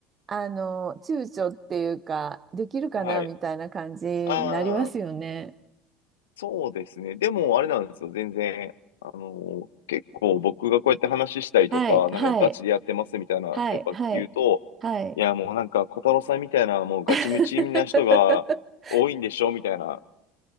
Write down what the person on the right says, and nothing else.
あの、躊躇っていうか、できるかなみたいな感じになりますよね。
はい、はい、
はい、
はい、はい。
<laughs>